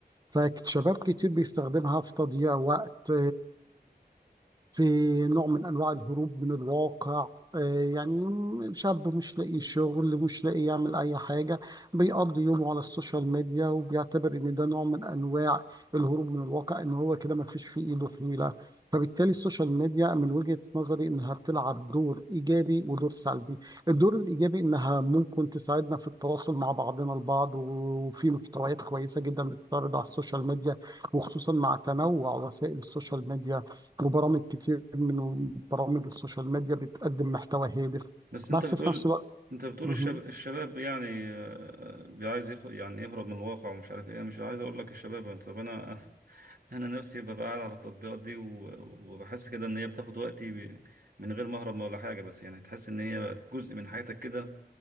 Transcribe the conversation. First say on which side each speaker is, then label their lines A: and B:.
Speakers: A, on the right; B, on the right.
A: فشباب كتير بيستخدمها في تضييع وقت في نوع من أنواع الهروب من الواقع آه، يعني شاب مش لاقي شغل مش لاقي يعمل أي حاجة بيقضي يومه على السوشيال ميديا وبيعتبر إن ده نوع من أنواع الهروب من الواقع إن هو كده ما فيش في إيده حيلة فبالتالي السوشيال ميديا من وجهة نظري إنها بتلعب دور إيجابي ودور سلبي الدور الإيجابي إنها ممكن تساعدنا في التواصل مع بعضنا البعض وفي محتويات كويسة جدا بتتعرض على السوشيال ميديا وخصوصا مع تنوع وسائل السوشيال ميديا وبرامج كتير من برامج السوشيال ميديا بتقدم محتوى هادف
B: بس انت
A: بس
B: بتقول
A: في نفس الوقت
B: انت بتقول
A: مهم.
B: الشب... الشباب يعني آه، آه، عايز يخ... يعني يهرب من الواقع ومش عارف ايه مش عايز اقول لك الشباب طب انا <laughs> انا نفسي ببقى قاعد على التطبيقات دي و- وبحس كده ان هي بتاخد وقتي ب... من غير ما اهرب ولا حاجه بس يعني تحس ان هي بقت جزء من حياتك كده